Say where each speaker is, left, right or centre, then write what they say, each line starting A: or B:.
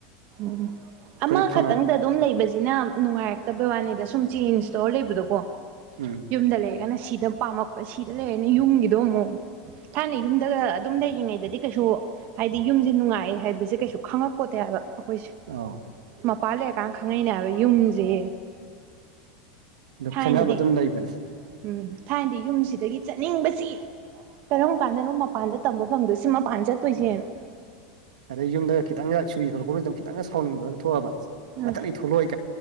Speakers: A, on the right; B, on the right.
A: ꯎꯝ
B: ꯑꯩꯈꯣꯏꯅ
A: ꯑꯃ
B: ꯐꯪꯉꯛ
A: ꯈꯛꯇꯪꯗ ꯑꯗꯨꯝ ꯂꯩ ꯁꯤꯅ ꯅꯨꯡꯉꯥꯏꯔꯛꯇꯕ ꯋꯥꯅꯤꯗ ꯁꯨꯝ ꯆꯦꯟꯁꯇꯧꯔ ꯂꯩꯕꯗꯣꯀꯣ
B: ꯎꯝ
A: ꯌꯨꯝꯗ ꯂꯩꯔꯒꯅ ꯁꯤꯗ ꯄꯥꯝꯃꯛꯄ ꯁꯤꯗ ꯂꯩꯔꯒꯅ ꯌꯨꯝꯒꯤꯗꯣ ꯑꯃꯨꯛ ꯊꯥꯏꯅ ꯌꯨꯝꯗꯒ ꯑꯗꯨꯝ ꯂꯩꯔꯤꯉꯩꯗꯗꯤ ꯀꯩꯁꯨ ꯍꯥꯏꯗꯤ ꯌꯨꯝꯁꯦ ꯅꯨꯡꯉꯥꯏ ꯍꯥꯏꯕꯁꯦ ꯀꯩꯁꯨ ꯈꯪꯉꯛꯄꯣꯠꯇ ꯍꯥꯏꯕ ꯑꯩꯈꯣꯏꯁꯦ
B: ꯑ
A: ꯃꯄꯥꯟ ꯂꯩꯔꯀꯥꯟ ꯈꯪꯅꯩꯅꯦ ꯍꯥꯏꯕ ꯌꯨꯝꯁꯦ
B: ꯑꯗꯨ
A: ꯊꯥꯏꯅꯗꯤ
B: ꯈꯦꯠꯅꯕ ꯑꯗꯨꯝ ꯂꯩꯕꯅꯤ
A: ꯎꯝ ꯊꯥꯏꯅꯗꯤ ꯌꯨꯝꯁꯤꯗꯒꯤ ꯆꯠꯅꯤꯡꯕꯁꯤ ꯀꯔꯝ ꯀꯥꯟꯗꯅꯣ ꯃꯄꯥꯟꯗ ꯇꯝꯕ ꯐꯪꯗꯣꯏꯁꯤ ꯃꯄꯥꯟ ꯆꯠꯇꯣꯏꯁꯦꯅ
B: ꯑꯗꯩ ꯌꯨꯝꯗ ꯈꯤꯪꯒ ꯁꯨꯔꯤ ꯊꯂꯛꯄꯁꯤꯗꯪ ꯈꯤꯇꯪ ꯁꯥꯎꯅꯤꯡꯕꯒ ꯊꯣꯛꯑꯕ
A: ꯎꯝ
B: ꯃꯇꯝ ꯑꯩ ꯊꯣꯛꯂꯛꯑꯣꯏ